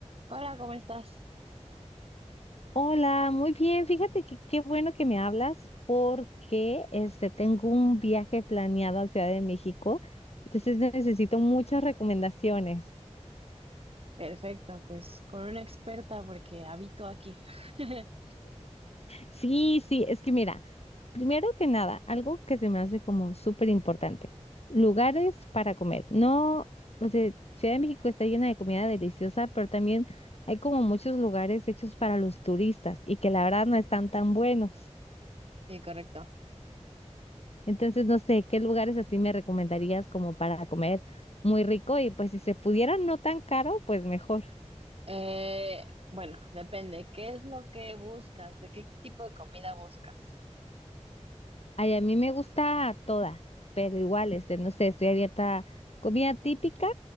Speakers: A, on the right (about 50°); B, on the left (about 60°).
A: Hola, ¿cómo estás?
B: Hola, muy bien. Fíjate que qué bueno que me hablas porque este tengo un viaje planeado a Ciudad de México, entonces necesito muchas recomendaciones.
A: Perfecto, pues con una experta porque habito aquí. <laughs>
B: Sí, sí, es que mira, primero que nada, algo que se me hace como súper importante, lugares para comer. No, o sea, Ciudad de México está llena de comida deliciosa, pero también hay como muchos lugares hechos para los turistas y que la verdad no están tan buenos.
A: Sí, correcto.
B: Entonces, no sé, ¿qué lugares así me recomendarías como para comer muy rico? Y pues si se pudiera no tan caro, pues mejor.
A: Eh, bueno, depende. ¿Qué es lo que buscas? ¿De qué tipo de comida buscas?
B: Ay, a mí me gusta toda, pero igual, este, no sé, estoy abierta a comida típica